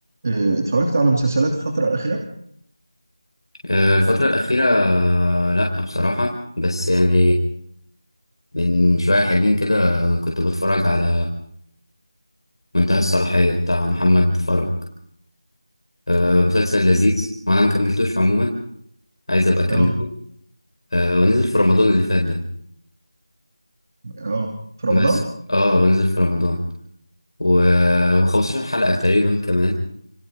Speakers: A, on the right; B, on the left.
A: آه، اتفرجت على مسلسلات الفترة الأخيرة؟
B: آه، الفترة الأخيرة آه، لأ بصراحة بس يعني من شوية حلوين كده كنت بتفرج على منتهى الصلاحية بتاع محمد فرج آه، مسلسل لذيذ
A: مم.
B: وأنا مكملتوش عموما عايز أبقى أكمله
A: اه
B: آه، ونزل في رمضان اللي فات ده
A: اه في رمضان؟
B: بس اه ونزل في رمضان و- وخمستاشر حلقة تقريبا كمان